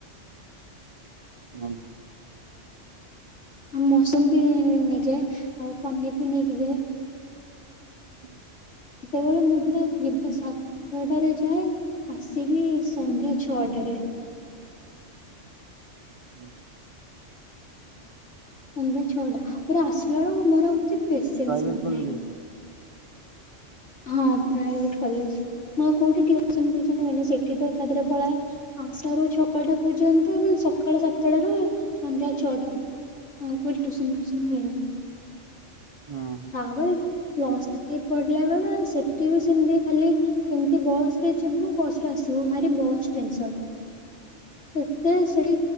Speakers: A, on the right (about 30°); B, on the left (about 65°).
A: ହଁ।
B: ଆଉ ମସୁରୁମ୍ ବି ନେଇଯାଏ ଆଉ ପନିରବି ନେଇକି ଯାଏ।
A: ହୁଁ।
B: ସେତେବେଳେ ମୁଁ ପୁରା ଯିବ ସା ଛଅଟାରେ ଯାଏ ଆସିବି ସନ୍ଧ୍ୟା ଛଅଟାରେ।
A: ହୁଁ ହୁଁ।
B: ସନ୍ଧ୍ୟା ଛଅଟା ପୁରା ଆସିଲା ବେଳକୁ ମୋର ଆଉ କିଛି ପେସେନ୍ସ
A: ପ୍ରାଇଭେଟ
B: ନଥାଏ।
A: କଲେଜ ବୋଧେ
B: ହଁ ପ୍ରାଇଭେଟ୍ କଲେଜ ମୁଁ ଆଉ କୋଉଠି ଟିଉସନ ଫିଉସନ ହୁଏନି ସେଠିତ ଏକାଥରେ ପଳାଏ ପାଞ୍ଚଟାରୁ ଛଟା ପର୍ଯ୍ୟନ୍ତ ସକାଳ ସାତଟାର ସନ୍ଧ୍ୟା ଛଅଟା ଆଉ କୋଉଠି ଟିଉସନ ଫିଉସନ ହୁଏନି।
A: ହଁ ହଁ
B: <unintelligible> ପ୍ଲସଥ୍ରି ପଡିଲା ବେଳେ ସେଠିବି ସେମିତି ଖାଲି ସେମିତି ବସ୍ ରେ ଯିବୁ ବସ୍ ରେ ଆସିବୁ ଭାରି ବସ୍ ଟେନସନ୍ ସେତେ ସେଢି